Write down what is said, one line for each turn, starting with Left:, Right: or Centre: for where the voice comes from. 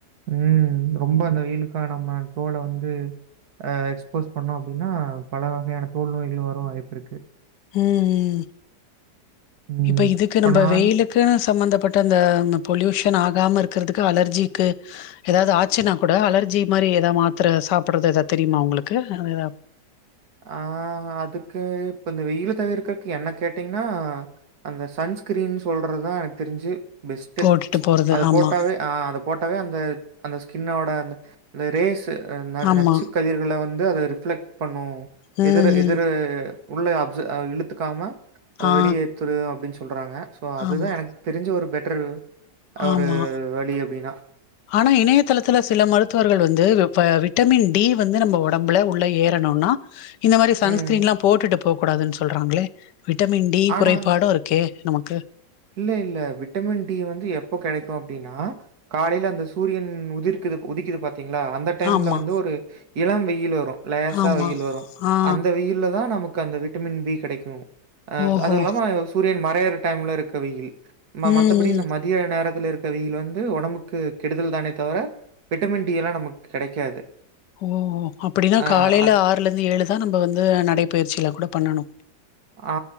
Right: ம் ரொம்ப அந்த வெயி வெயிலுக்கான நம்ம தோல வந்து அ எக்ஸ்போஸ் பண்ணோ அப்டின்னா பல வகையான தோல்நோய்கள் வரு வாய்ப்பிருக்கு
Left: ம் ம்
Right: ம்.
Left: இப்ப இதுக்கு நம்ம
Right: நானு
Left: வெயிலுக்குன்னு சம்மந்தப்பட்ட அந்த பொல்யூஷன் ஆகாம இருக் க்கிறதுக்கு அலர்ஜிக்கு எதாவது ஆச்சுன்னா கூட அலர்ஜி மாரி எத மாத்திர சாப்பிட்றது ஏத தெரியுமா உங்களுக்கு அ எதா
Right: அ அதுக்கு இப்ப இந்த வெயில் தவிர துக்கு என்ன கேட்டீங்ன்னா அந்த சன்ஸ்கிரீன் சொல்றது தா எனக்கு தெரிஞ்சு பெஸ்ட்டு
Left: போட்டுட்டு போறது
Right: அது
Left: ஆமா
Right: போட்டாவே அத போட்டாவே அந்த அந்த ஸ்கின்னோட அந்த ரேஸ்ஸு
Left: ஆமா
Right: நச்சு கதிர்கள வந்து அது ரிஃப்ளெக்ட் பண்ணு
Left: ம்
Right: எதிர் எதிர் உள்ள அப்ஜ அ இழுத்துக்காம அத
Left: ஆ
Right: வெளியேத்துது அப்படின் சொ சொல்றாங்க சோ அதுதா
Left: ஆமா
Right: எனக்கு தெரிஞ்சு ஒரு பெட்டர் ஒரு
Left: ஆமா
Right: வழி அப்டினா
Left: ஆனா இணையதளத்துல சில மருத்துவர்கள் வந்து விட்டமின் டி வந்து நம்ம ஒடம்புல உள்ள ஏறணு னுனா இந்த மாரி சன்ஸ்கிரீன்லா
Right: ம்.
Left: போட்டுட்டு போக கூடாதுன்ன சொல்றாங்ளே விட்டமின் டி
Right: ஆனா
Left: குறைபாடு இருக்கே நமக்
Right: இல்ல இல்ல விட்டமின் டி வந்து எப்போ கெடைக்கு அப்டினா காலைல அந்த சூரியன் உதிர்க் குது உதிக்கிது பாத்தீங்ளா அந்த டைம்ல
Left: ஆமா
Right: வந்து ஒரு இளம் வெயில் வரு லேசா
Left: ஆமா
Right: வெயில் வரு
Left: ஆ
Right: அந்த வெயில்ல தா நமக்கு அந்த விட்டமின் பி கெடைக்கு அ
Left: ஓஹோ
Right: அதுல்லாம சூரியன் மறையுற டைம்ல இருக்க வெயில் ம மத்தபடி
Left: ம்
Right: இந்த மதிய நேரத்துல இருக்க வெயில் வந்து ஒடம்புக்கு கெடுதல் தானே தவர விட்டமின் டி எல்லா நமக்கு கெடைக்காது
Left: ஓ ஓ அப்டின்னா
Right: அ
Left: காலைல
Right: அந்
Left: ஆறுலருந்து ஏழுதா நம்ப வந்து நடைபயிற்சில்லா கூட பண்ணணு
Right: அ